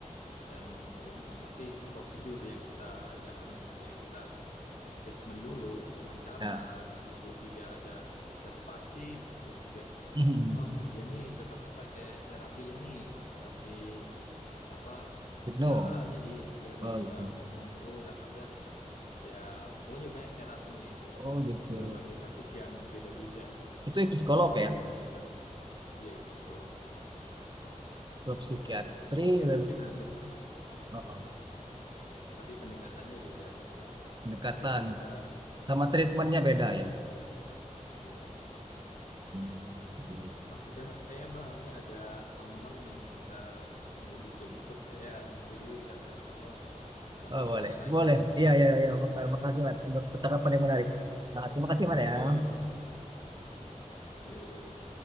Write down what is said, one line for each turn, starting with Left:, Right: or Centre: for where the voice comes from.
Left: bukan kerumitan tapi prosedur yang kita jalanin ada yang kita assessment dulu wawancara
Right: Nah,
Left: bisa terus juga ada observasi terus juga
Right: <clears throat>
Left: oh dia nih cocoknya pakai terapi ini terapi apa
Right: <laughs> Hypno.
Left: bicara jadi dia harus
Right: Oh gitu.
Left: eh, ngomong terus atau enggak ya pokoknya banyak terapinya itu untuk
Right: Oh gitu.
Left: berbagai kasus yang beda-beda
Right: Itu itu psikolog
Left: itu
Right: ya,
Left: yang emang benar iya itu psikolog
Right: ke psikiatri,
Left: dan psikiater
Right: web,
Left: juga hampir sama
Right: oh, oh.
Left: tapi pendekatannya beda apa
Right: pendekatan
Left: kan itu bisa
Right: sama treatmentnya beda
Left: obat
Right: ya.
Left: ya
Right: Hmm, gitu.
Left: oh udah kayak bang nih ada temen nih minta mau dijemput kayak nanti dulu kita tel- apa telepon
Right: Oh
Left: teleponannya
Right: boleh,
Left: lagi
Right: boleh.
Left: ya
Right: Iya iya iya. Mak-
Left: iya
Right: Makasih
Left: Bang.
Right: Mat untuk percakapan
Left: Eh,
Right: yang menarik. Nah, terima kasih Mat ya.
Left: yo see you